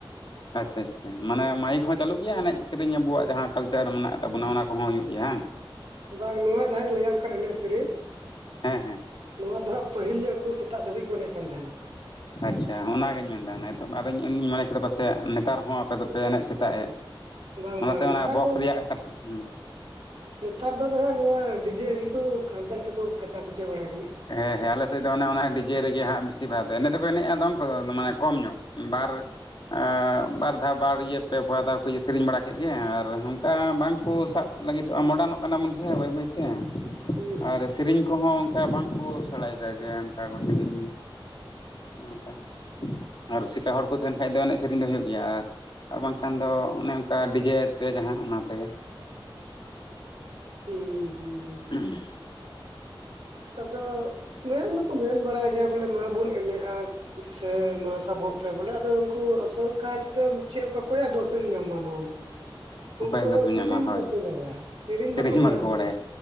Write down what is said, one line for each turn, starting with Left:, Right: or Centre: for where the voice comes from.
Left: ᱟᱪᱪᱷᱟ ᱟᱪᱪᱷᱟ ᱢᱟᱱᱮ ᱢᱟᱭᱤᱠ ᱦᱚᱸ ᱪᱟᱞᱩᱜ ᱜᱮᱭᱟ ᱮᱱᱮᱡ ᱥᱮᱨᱮᱧ ᱟᱵᱚᱣᱟᱜ ᱡᱟᱦᱟᱸ ᱠᱟᱞᱪᱟᱨ ᱢᱮᱱᱟᱜ ᱛᱟᱵᱚᱱᱟ ᱚᱱᱟ ᱠᱚᱦᱚᱸ ᱦᱩᱭᱩᱜ ᱜᱮᱭᱟ ᱦᱟᱝ <inaudible>
Right: ᱵᱟᱝ ᱱᱚᱣᱟ ᱡᱟᱦᱟᱸᱧ ᱞᱟᱹᱭᱟᱢ ᱠᱟᱱ ᱮᱱᱮᱡ ᱥᱮᱨᱮᱧ
Left: ᱦᱮᱸ ᱦᱮᱸ
Right: ᱱᱚᱣᱟ ᱫᱚ ᱦᱟᱸᱜ ᱯᱟᱹᱦᱤᱞ ᱧᱚᱜ ᱠᱚ ᱥᱮᱛᱟᱜ ᱫᱷᱟᱹᱵᱤᱡ ᱠᱚ ᱮᱱᱮᱡ ᱠᱟᱱ ᱛᱟᱦᱮᱱᱟ
Left: ᱟᱪᱪᱷᱟ ᱚᱱᱟᱜᱤᱧ ᱢᱮᱱᱮᱫᱟ ᱱᱤᱛᱚᱜ ᱟᱫᱚᱧ ᱤᱧ ᱢᱚᱱᱮ ᱠᱮᱫᱟ ᱯᱟᱥᱮᱡ ᱱᱮᱛᱟᱨ ᱦᱚᱸ ᱟᱯᱮ ᱫᱚᱯᱮ ᱮᱱᱮᱡ ᱥᱮᱛᱟᱜ ᱮᱫ
Right: ᱵᱟᱝ
Left: ᱚᱱᱟᱛᱮ
Right: ᱵᱟᱝ ᱱᱮᱛᱟᱨ
Left: ᱚᱱᱟ ᱵᱚᱠᱥ
Right: ᱫᱚ
Left: ᱨᱮᱭᱟᱜ <unintelligible> ᱦᱩᱸ
Right: ᱱᱮᱛᱟᱨ ᱫᱚ ᱱᱟᱦᱟᱜ ᱱᱚᱣᱟ ᱰᱤᱡᱮ ᱨᱮᱜᱤ ᱠᱩ ᱦᱟᱱᱛᱮ ᱱᱟᱛᱮ ᱠᱩ ᱠᱟᱪᱟ ᱠᱩᱪᱟᱹ ᱵᱟᱲᱟᱭ ᱠᱟᱱᱟ
Left: ᱦᱮᱸ ᱦᱮᱸ ᱟᱞᱮᱥᱮᱫ ᱫᱚ ᱚᱱᱮ ᱚᱱᱟ ᱰᱤᱡᱮ ᱨᱮᱜᱮ ᱦᱟᱸᱜ ᱵᱤᱥᱤᱨ ᱵᱷᱟᱜ ᱫᱚ ᱮᱱᱮᱡ ᱫᱚᱠᱚ ᱮᱱᱮᱡᱼᱟ ᱫᱚᱝ ᱠᱚᱫᱚ ᱟᱫᱚ ᱢᱟᱱᱮ ᱠᱚᱢ ᱧᱚᱜ ᱵᱟᱨ ᱟ ᱵᱟᱨ ᱫᱷᱟᱣ ᱵᱟᱨ ᱤᱭᱟᱹ ᱯᱮ ᱯᱩᱣᱟ ᱫᱷᱟᱣ ᱠᱚ ᱥᱮᱨᱮᱧ ᱵᱟᱲᱟ ᱠᱮᱫ ᱜᱮ ᱟᱨ ᱚᱱᱠᱟ ᱵᱟᱝᱠᱚ ᱥᱟᱵ ᱞᱟᱹᱜᱤᱫᱚᱜᱼᱟ ᱢᱚᱰᱟᱱᱚᱜ ᱠᱟᱱᱟ ᱵᱚᱱ ᱥᱮ ᱵᱟᱹᱭ ᱵᱟᱹᱭᱛᱮ
Right: ᱦᱩᱸ
Left: ᱟᱨ ᱥᱮᱨᱮᱧ ᱠᱚᱦᱚᱸ ᱚᱱᱠᱟ ᱵᱟᱝ ᱵᱟᱠᱚ ᱥᱮᱬᱟᱭᱮᱫᱟ ᱡᱮ ᱚᱱᱠᱟ ᱠᱚ ᱥᱮᱨᱮᱧ ᱢᱟ ᱚᱱᱠᱟ ᱟᱨ ᱨᱩᱥᱤᱠᱟ ᱦᱚᱲ ᱠᱚ ᱛᱟᱦᱮᱱ ᱠᱷᱟᱡ ᱫᱚ ᱮᱱᱮᱡ ᱥᱮᱨᱮᱧ ᱫᱚ ᱦᱩᱭᱩᱜ ᱜᱮᱭᱟ ᱟᱨ ᱵᱟᱝᱠᱷᱟᱱ ᱫᱚ ᱚᱱᱮ ᱚᱱᱠᱟ ᱰᱤᱡᱮ ᱛᱮ ᱡᱟᱦᱟᱸ ᱚᱱᱟ ᱛᱮᱜᱮ
Right: ᱦᱩᱸ ᱦᱩᱸ ᱦᱩᱸ
Left: <unintelligible>
Right: ᱟᱫᱚ ᱢᱮᱱ ᱫᱚᱠᱚ ᱢᱮᱱ ᱵᱟᱲᱟᱭ ᱜᱮᱭᱟ ᱵᱚᱞᱮ ᱢᱟᱵᱚᱱ ᱮᱱᱮᱡᱼᱟ ᱥᱮ ᱢᱟ ᱥᱟᱵᱚᱜ ᱯᱮ ᱵᱚᱞᱮ ᱟᱫᱚ ᱩᱱᱠᱩ ᱟᱥᱚᱞ ᱠᱟᱭ ᱛᱮᱫᱚ ᱪᱮᱫ ᱞᱮᱠᱟ ᱚᱠᱚᱭᱟᱜ ᱫᱳᱥ ᱮᱢ ᱧᱟᱢᱟ ᱱᱚᱣᱟ ᱫᱚ?
Left: <inaudible>
Right: ᱩᱱᱠᱩ ᱦᱚᱸ
Left: ᱮᱢ
Right: ᱥᱤᱨᱤᱧ
Left: ᱧᱟᱢᱟ ᱦᱳᱭ
Right: ᱵᱟᱠᱚ ᱵᱟᱲᱟᱭᱟ ᱥᱤᱨᱤᱧ
Left: ᱥᱮᱨᱮᱧ
Right: ᱵᱟᱠᱚ ᱵᱟᱲᱟᱭᱟ
Left: ᱵᱟᱝᱠᱚ
Right: ᱱᱤᱛᱚᱜ